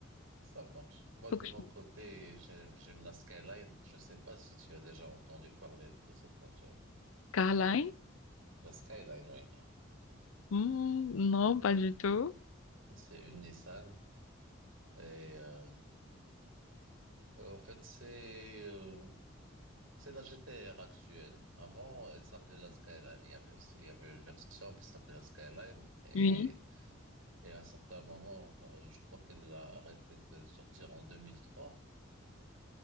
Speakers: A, on the right; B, on the left.
A: ça marche. Moi,
B: Faut
A: de
B: que
A: mon
B: je...
A: côté, j'aime, j'aime la Skyline. Je sais pas si tu as déjà entendu parler de cette voiture.
B: Caroline?
A: La Skyline, oui.
B: Hmm, non, pas du tout.
A: C'est une Nissan. Et euh, en fait, c'est... euh, C'est la GTR actuelle. Avant, elle s'appelait la Skyline. Il y avait, il y avait une version qui s'appelait la Skyline et,
B: Oui.
A: et à un certain moment, euh, je crois qu'elle a arrêté de sortir en 2003.